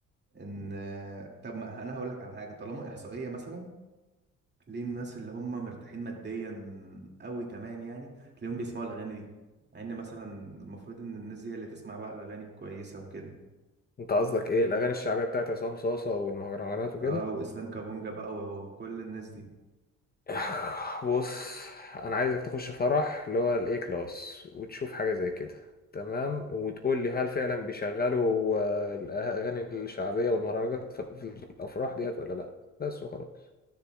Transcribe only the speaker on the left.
انت قصدك ايه الاغاني الشعبيه بتاعت عصام صاصه والمهرجانات وكده
<laughs> <sighs> بص انا عايزك تخش فرح اللي هو الاي كلاس وتشوف حاجه زي كده تمام وتقول لي هل فعلا بيشغلوا آه، الاغاني الشعبيه والمهرجانات في في الافراح ديت ولا لا بس وخلاص